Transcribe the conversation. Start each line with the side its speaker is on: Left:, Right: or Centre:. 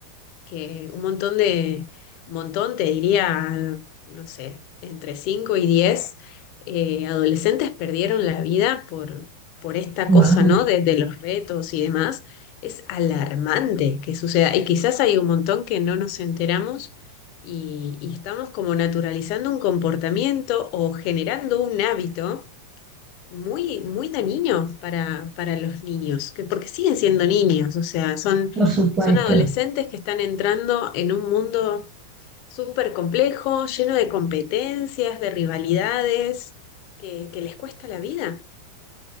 Left: que un montón de, un montón, te diría, no sé, entre 5 y 10 eh, adolescentes perdieron la vida por, por esta
Right: Wow,
Left: cosa, ¿no? De, de los retos y demás. Es alarmante que suceda. Y quizás hay un montón que no nos enteramos y, y estamos como naturalizando un comportamiento o generando un hábito muy, muy dañinos para, para los niños, que, porque siguen siendo niños, o sea, son,
Right: por supuesto.
Left: son adolescentes que están entrando en un mundo súper complejo, lleno de competencias, de rivalidades, que, que les cuesta la vida.